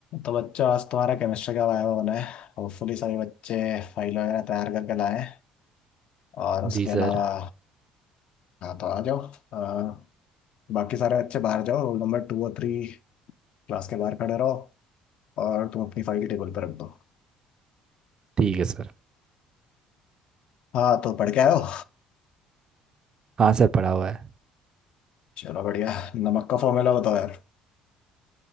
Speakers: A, on the left; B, on the right.
A: तो बच्चों आज तुम्हारा केमिस्ट्री का वायवा होना है होपफुली सभी बच्चे फाइल वगैरह तैयार करके लाएं और उसके
B: जी
A: अलावा
B: सर
A: हाँ तो आ जाओ अ, बाकी सारे बच्चे बाहर जाओ रोल नंबर टू और थ्री क्लास के बाहर खड़े रहो और तुम अपनी फाइल टेबल पर रख दो
B: ठीक है सर
A: हाँ तो पढ़ के आयो
B: हाँ सर पढ़ा हुआ है
A: चलो बढ़िया नमक का फॉर्मूला बताओ यार <laughs>